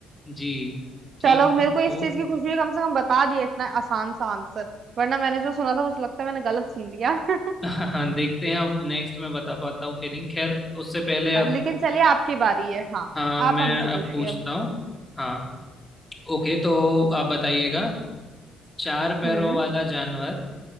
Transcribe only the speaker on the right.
चलो मेरे
को इस
चीज की खुशी है कम से कम बता दिया इतना आसान सा आंसर वरना मैंने जो सुना था मुझे लगता है मैंने गलत सुन लिया <laughs>
हाँ, लेकिन चलिए आपकी बारी है हाँ
आप हमसे पूछिए
अब
हम्म